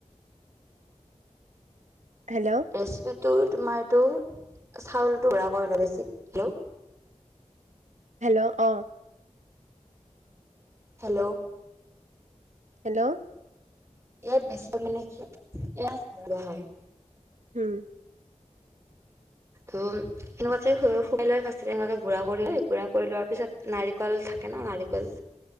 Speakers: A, on the right (about 75°); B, on the right (about 20°).
A: হেল্ল
B: ৰেচিপিটো তোমাৰ এইটো চাউলটো গুৰা কৰি লৈ বেছি হেল্ল
A: হেল্ল' অ
B: হেল্ল
A: হেল্ল'
B: ইয়াত বেছি মানে কি ইয়াৰ খোৱা হয়
A: হুম
B: <unintelligible> এনেকুৱাকে শু শুকাই লয় ফাষ্টতে এনেকুৱাকে গুড়া কৰি লয় গুড়া কৰি লোৱাৰ পিছত নাৰিকল থাকে ন নাৰিকল